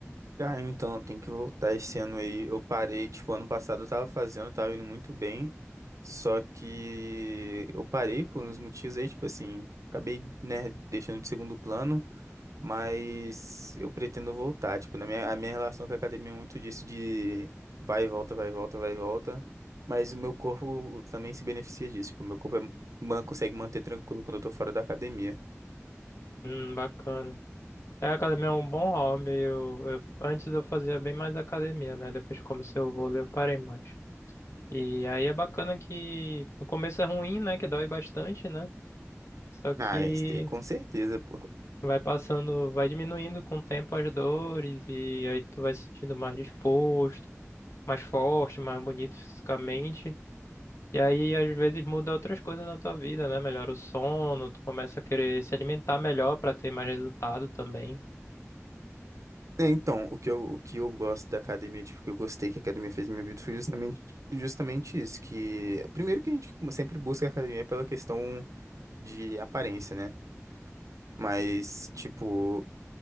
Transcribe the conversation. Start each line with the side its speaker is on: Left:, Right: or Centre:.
Right: Cara, então, tem que voltar esse ano aí. Eu parei, tipo, ano passado eu tava fazendo, tava indo muito bem. Só que eu parei por uns motivos aí, tipo assim, acabei, né, deixando de segundo plano, mas eu pretendo voltar. Tipo, na minha, a minha relação com a academia é muito disso de vai e volta, vai e volta, vai e volta. Mas o meu corpo também se beneficia disso. Tipo, o meu corpo é- man- consegue manter tranquilo quando eu tô fora da academia.
Left: Hum, bacana. É, academia é um bom hobby. Eu, eu- antes eu fazia bem mais academia, né? Depois que comecei o vôlei eu parei mais. E aí é bacana que no começo é ruim, né? Que dói bastante, né? Só que
Right: Ah, é isso daí com certeza, pô.
Left: vai passando, vai diminuindo com o tempo as dores e aí tu vai se sentindo mais disposto, mais forte, mais bonito fisicamente. E aí às vezes muda outras coisas na tua vida, né? Melhora o sono, tu começa a querer se alimentar melhor pra ter mais resultado também.
Right: É, então, o que eu, o que eu gosto da academia, tipo, o que eu gostei que a academia fez na minha vida foi justamente, justamente isso, que primeiro que a gente sempre busca a academia pela questão de aparência, né? Mas, tipo,